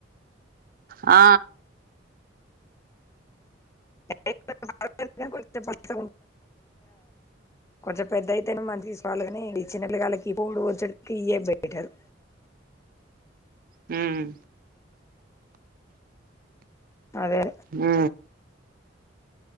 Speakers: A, on the right; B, on the left.
A: ఆ
B: <inaudible> కొంచం కొంచెం పెద్ద అయితేనే మన తీసుకోవాళ్ళ కాని చిన్నపొరగల్లకి పోవుడు వచ్చడు ఇయ్యే బెటరు
A: హ్మ్
B: అదే
A: ఆ